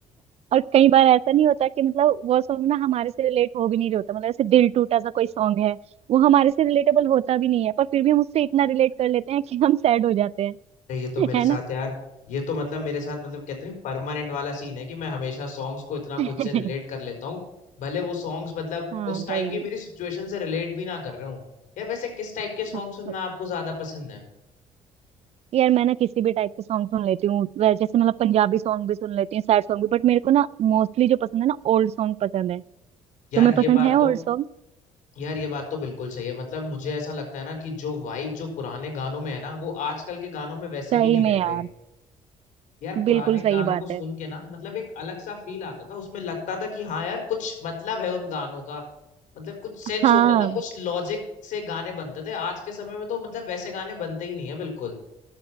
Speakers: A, on the right; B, on the left.
A: और कई बार ऐसा नहीं होता कि मतलब वो सॉन्ग ना हमारे से रिलेट हो भी नहीं रहा होता मतलब ऐसे दिल टूटा सा कोई सॉन्ग है वो हमारे से रिलेटेबल होता भी नहीं है पर फिर भी हम उससे इतना रिलेट कर लेते हैं कि हम सैड हो जाते हैं
B: अरे ये तो मेरे
A: है
B: साथ
A: ना
B: यार ये तो मतलब मेरे साथ मतलब कहते नहीं परमानेंट वाला सीन है कि मैं हमेशा सॉन्ग्स को इतना
A: <laughs>
B: खुद से रिलेट कर लेता हूँ भले वो सॉन्ग्स मतलब
A: हाँ
B: उस टाइम
A: सही
B: की मेरी
A: में
B: सिचुएशन से रिलेट भी ना कर रहे हूँ यार वैसे किस टाइप के सॉन्ग
A: हाँ,
B: सुनना
A: तो
B: आपको ज्यादा पसंद है
A: यार मैं ना किसी भी टाइप के सॉन्ग सुन लेती हूँ वै- जैसे मतलब पंजाबी सॉन्ग भी सुन लेती हूँ सैड सॉन्ग भी बट मेरे को ना मोस्टली जो पसंद है ना ओल्ड सॉन्ग पसंद है
B: यार
A: तुम्हें
B: ये
A: पसंद
B: बात
A: है
B: तो
A: ओल्ड सॉन्ग
B: यार ये बात तो बिल्कुल सही है मतलब मुझे ऐसा लगता है ना कि जो वाइब जो पुराने गानों में है ना वो आजकल के गानों में वैसे
A: सही
B: भी नहीं
A: में
B: रह
A: यार
B: गई यार
A: बिल्कुल
B: पुराने
A: सही
B: गानों
A: बात
B: को सुन
A: है
B: के ना मतलब एक अलग सा फील आता था उसमें लगता था कि हाँ यार कुछ मतलब है उन गानों का मतलब कुछ सेंस
A: हाँ
B: होता था कुछ लॉजिक से गाने बनते थे आज के समय में तो मतलब वैसे गाने बनते ही नहीं है बिल्कुल